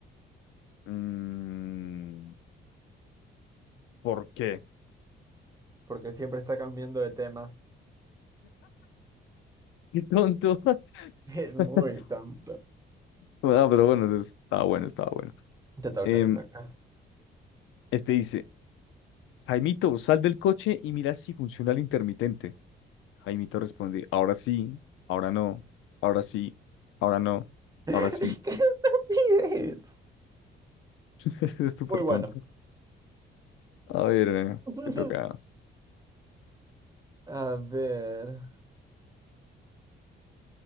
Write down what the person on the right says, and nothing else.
Porque siempre está cambiando de tema.
Es muy
tonto.
Te toca,
te toca.
<laughs>
¡Qué estupidez!
Muy bueno.
<laughs>
A ver.